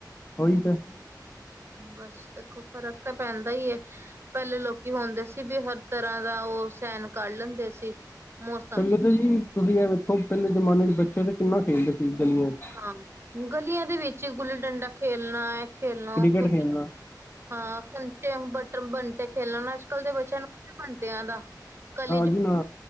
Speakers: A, on the left; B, on the right.
A: ਔਹੀ ਤੈ।
B: ਬਸ ਦੇਖੋ ਫ਼ਰਕ ਤਾਂ ਪੈਂਦਾ ਹੀ ਹੈ। ਪਹਿਲੇ ਲੋਕੀ ਹੁੰਦੇ ਸੀ ਵੀ ਹਰ ਤਰ੍ਹਾਂ ਦਾ ਉਹ ਸਹਿਣ ਕੱਢ ਲੈਂਦੇ ਸੀ ਮੌਸਮ
A: ਪਹਿਲੇ ਤਾਂ ਜੀ ਤੁਸੀਂ ਇਹ ਵੇਖੋ ਪਹਿਲੇ ਜਮਾਨੇ ਚ ਬੱਚੇ ਤਾਂ ਕਿੰਨਾ ਖੇਲਦੇ ਸੀ ਗਲੀਆਂ ਚ
B: ਹਾਂ ਗਲੀਆਂ ਦੇ ਵਿੱਚ ਗੁੱਲੀ ਡੰਡਾ ਖੇਲਣਾ ਹੈ ਖੇਲਣਾ
A: ਕ੍ਰਿਕਟ
B: ਉਹ ਖੇ
A: ਖੇਲਣਾ
B: ਹਾਂ ਕਚੇ ਬਟ ਬੰਟੇ ਖੇਲਣਣਾ ਅੱਜ ਕੱਲ੍ਹ ਦੇ ਬੱਚਿਆਂ ਨੂੰ ਬੰਟਿਆ ਦਾ ਕਲੀ
A: ਨਹੀਂ ਨਾ